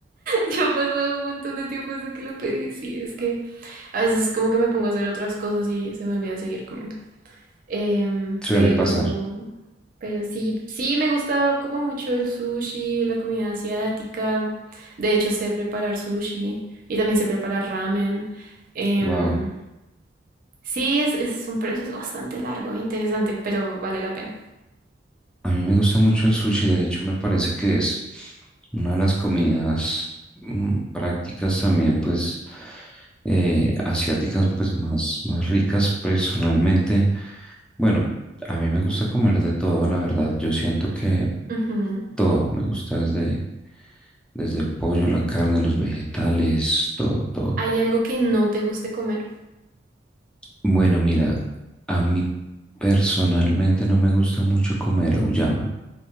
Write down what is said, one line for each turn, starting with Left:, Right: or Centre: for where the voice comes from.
Right: Ya ha pasado un montón de tiempo desde que lo pedí. Sí, es que a veces como que me pongo a hacer otras cosas y se me olvida seguir comiendo. Em,
Centre: Suele
Right: pero,
Centre: pasar.
Right: pero sí, sí me gusta como mucho el sushi, la comida asiática. De hecho, sé preparar sushi y también sé preparar ramen. Em,
Centre: Wow.
Right: sí, es, es un proceso bastante largo e interesante, pero vale la pena.
Centre: A mí me gusta mucho el sushi, de hecho, me parece que es una de las comidas mm, prácticas también, pues, eh, asiáticas, pues, más, más ricas personalmente. Bueno, a mí me gusta comer de todo, la verdad. Yo siento que
Right: Ujú.
Centre: todo me gusta desde, desde el pollo, la carne, los vegetales, todo, todo.
Right: ¿Hay algo que no te guste comer?
Centre: Bueno, mira, a mí personalmente no me gusta mucho comer auyama.